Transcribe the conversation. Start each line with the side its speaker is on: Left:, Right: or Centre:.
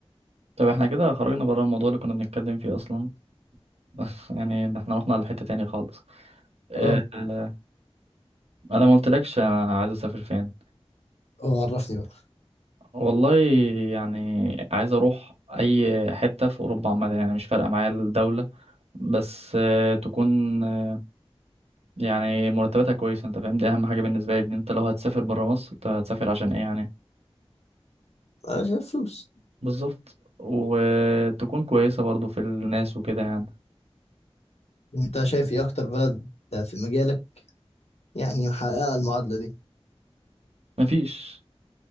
Right: طب احنا كده خرجنا بره الموضوع اللي كنا بنتكلم فيه اصلا <laughs> يعني إن احنا رحنا لحتة تاني خالص آه،
Left: اه
Right: انا ما قلتلكش انا عايز اسافر فين
Left: اه عرفني بقى
Right: والله يعني عايز اروح اي حتة في اوروبا عامة يعني مش فارقة معايا الدولة بس آه، تكون آه، يعني مرتباتها كويسة انت فاهم دي اهم حاجة بالنسبة لي ان انت لو هتسافر بره مصر انت هتسافر عشان ايه يعني
Left: أنا شايف فلوس
Right: بالظبط وتكون كويسة برضو في الناس وكده يعني
Left: أنت شايف إيه أكتر بلد في مجالك يعني محققة المعادلة دي
Right: مفيش